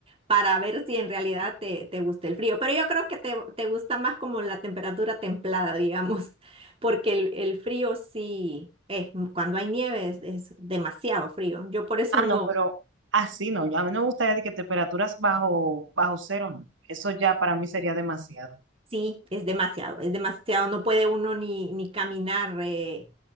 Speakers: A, on the right; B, on the right.
A: para ver si en realidad te, te gusta el frío. Pero yo creo que te, te gusta más como la temperatura templada, digamos, <laughs> porque
B: <laughs>
A: el, el frío sí, eh, cuando hay nieve es, es demasiado frío. Yo por eso
B: Ah,
A: no,
B: no, pero así no, yo- a mí no me gustaría de que temperaturas bajo, bajo cero, no. Eso ya para mí sería demasiado.
A: Sí, es demasiado, es demasiado. No puede uno ni, ni caminar eh,